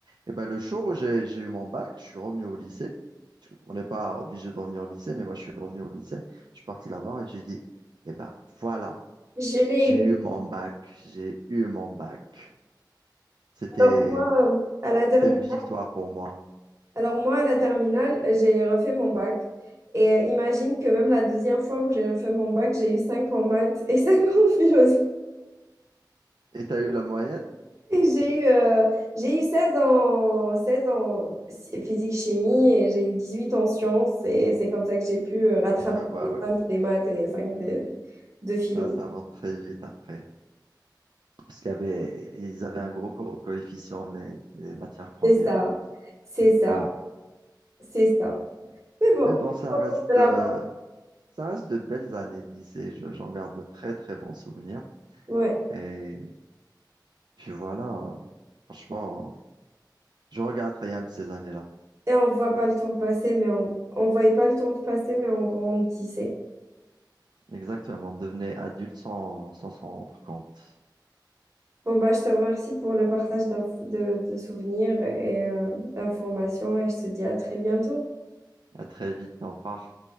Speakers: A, on the right; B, on the right.
A: Et ben, le jour où j'ai, j'ai eu mon bac, je suis revenu au lycée. Parce qu'on n'est pas obligé de revenir au lycée, mais moi, je suis revenu au lycée. Je suis parti la voir et j'ai dit, eh ben, voilà,
B: Je l'ai
A: j'ai
B: eu.
A: eu mon bac, j'ai eu mon bac. C'était,
B: Alors moi, euh, à la termi-
A: c'était une victoire pour moi.
B: Alors moi, à la terminale, euh, j'ai refait mon bac. Et euh, imagine que même la deuxième fois où j'ai refait mon bac, j'ai eu 5 en maths et <laughs> 5 en philo.
A: Et t'as eu la moyenne?
B: Et j'ai eu, euh, j'ai eu 16 en, seize en si- physique-chimie et j'ai eu 18 en sciences. Et c'est comme ça que j'ai pu euh, rattraper
A: Ah, ouais,
B: les
A: ouais.
B: 5 des maths et les 5 de, de philo.
A: Ça, ça monte très vite après. Parce qu'il y avait, ils avaient un gros co- coefficient, les, les matières premières.
B: C'est ça, c'est ça,
A: Ouais.
B: c'est ça. Mais bon,
A: Mais bon,
B: je
A: ça
B: suis contente
A: reste,
B: de l'avoir.
A: euh, ça reste de belles années de lycée. Je- j'en garde de très, très bons souvenirs.
B: Ouais.
A: et Puis voilà, euh, franchement, je regrette rien de ces années-là.
B: Et on voit pas le temps passer, mais on, on voyait pas le temps de passer, mais on grandissait.
A: Exactement, devenez adulte sans, sans s'en rendre compte.
B: Bon, bah, je te remercie pour le partage d'inf- de, de souvenirs et euh, d'informations et je te dis à très bientôt.
A: À très vite, au revoir.